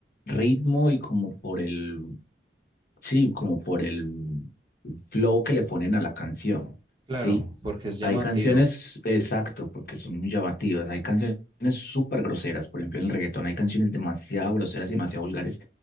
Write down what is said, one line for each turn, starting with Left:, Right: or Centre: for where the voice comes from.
Left: ritmo y como por el, sí, como por el flow que le ponen a la canción,
Right: Claro,
Left: ¿sí?
Right: porque es llamativo.
Left: Hay canciones, exacto, porque son muy llamativas, hay canciones súper groseras, por ejemplo, en el reggaetón hay canciones demasiado groseras y demasiado vulgares